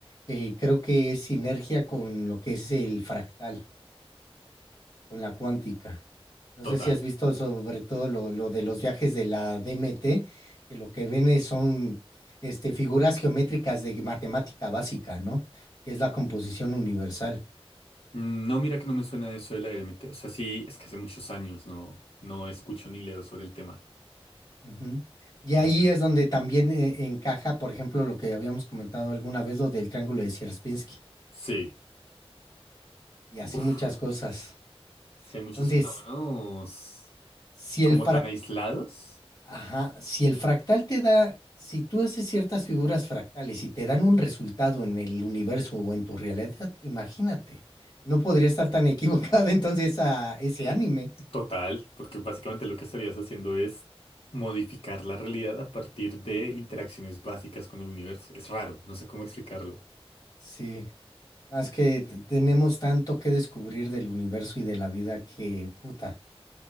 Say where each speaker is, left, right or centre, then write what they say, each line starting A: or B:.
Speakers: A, on the left; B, on the left.
A: Eh, creo que es sinergia con lo que es el fractal, con la cuántica. No
B: Total.
A: sé si has visto sobre todo lo, lo de los viajes de la DMT, que lo que ven es- son este, figuras geométricas de matemática básica, ¿no? Que es la composición universal.
B: Mm, No, mira que no me suena eso de la DMT. O sea, sí, es que hace muchos años no, no escucho ni leo sobre el tema.
A: Ujú. Y ahí
B: No sé
A: es
B: si...
A: donde también eh, encaja, por ejemplo, lo que habíamos comentado alguna vez, lo del triángulo de Sierpinski,
B: Sí.
A: y así
B: Uf,
A: muchas cosas.
B: sí hay muchos
A: Entonces,
B: fenómenos
A: si
B: como
A: el
B: tan aislados.
A: Ajá, si el fractal te da, si tú haces ciertas figuras fractales y te dan un resultado en el universo o en tu realidad, imagínate, no podría estar tan equivocado <laughs> entonces a ese anime.
B: Total, porque básicamente lo que estarías haciendo es modificar la realidad a partir de interacciones básicas con el universo. Es raro, no sé cómo explicarlo.
A: Sí, más que t- tenemos tanto que descubrir del universo y de la vida que, puta,